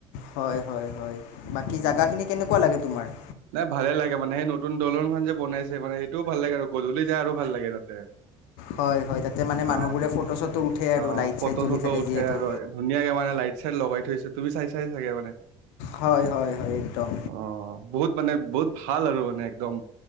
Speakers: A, on the left (about 60°); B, on the right (about 60°).
A: হয়-হয়-হয়,
B: উম
A: বাকী জাগাখিনি কেনেকুৱা লাগে তোমাৰ?
B: নাই ভালে লাগে মানে সেই নতুন দলংখন যে বনাইছে মানে সেইটোও ভাল লাগে আৰু গধূলি যায় আৰু ভাল লাগে তাতে।
A: হয়-হয় তাতে মানে
B: অ
A: মানুহবোৰে ফটো চটো উঠে আৰু
B: অ
A: লাইট
B: ফটো
A: চাইট জ্বলি
B: চটো
A: থাকে
B: উঠে
A: যিহেতু।
B: আৰু ধুনীয়াকে মানে লাইট চাইট লগাই থৈছে তুমি চাই চাইগে মানে?
A: হয়-হয়-হয় একদম।
B: অ বহুত মানে বহুত ভাল আৰু মানে একদম।